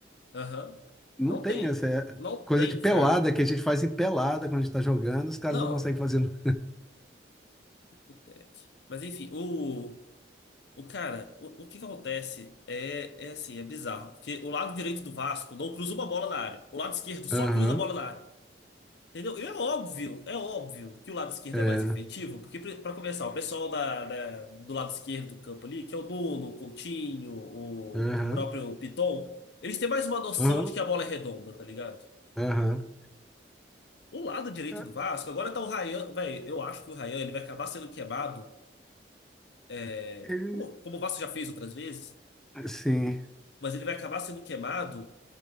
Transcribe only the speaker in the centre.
Não
tem
essa é
coisa
de pelada
que a gente faz em pelada quando a gente tá jogando, os caras
não conseguem fazer. no-
Aham,
é,
aham,
aham,
aham.
É,
Ele,
assim,